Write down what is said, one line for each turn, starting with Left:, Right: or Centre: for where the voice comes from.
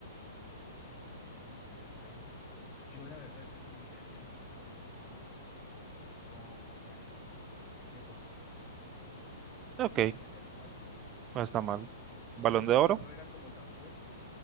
Left: Juan Maldini, también está ahí. Yo la verdad creo que me quedaría genuinamente con, con Maldini, 100%.
Right: Ok,
Left: Creo que me quedaría con Maldini.
Right: no está
Left: No tiene
Right: mal.
Left: sentido.
Right: Balón
Left: Digamos
Right: de
Left: que el
Right: oro,
Left: man no era como tan fuerte,